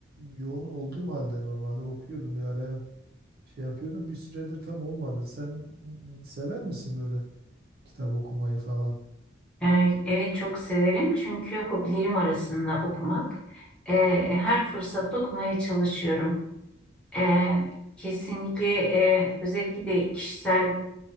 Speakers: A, on the right (about 50°); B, in the centre.
A: yoğun olduğum halde normalde okuyordum bir araya. şey yapıyordum bir süredir tam olmadı. Sen mm, sever misin böyle kitap okumayı falan?
B: Ee, evet, çok severim çünkü hobilerim arasında okumak. Ee, her fırsatta okumaya çalışıyorum. Ee, kesinlikle e, özellikle de kişisel